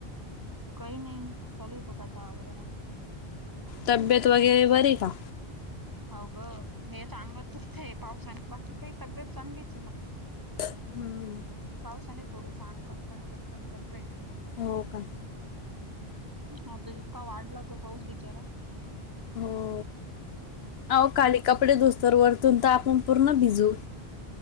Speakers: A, on the right; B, on the left.
A: काय नाही चालू आहे बघ आता आवरण.
B: तब्येत वगैरे बरी आहे का?
A: हाव ग नि हे अंगच दुखतय पावसाने बाकी काही तब्येत चांगलीच आहे मग
B: हम्म.
A: पावसाने थोडंस अंग कणकणकणकण करतय.
B: हो का?
A: हा तर इतका वाढला तो पाऊस बिचारा.
B: हो. अहो खाली कपडे धूस्तर वरतून तर आपण पूर्ण भिजू.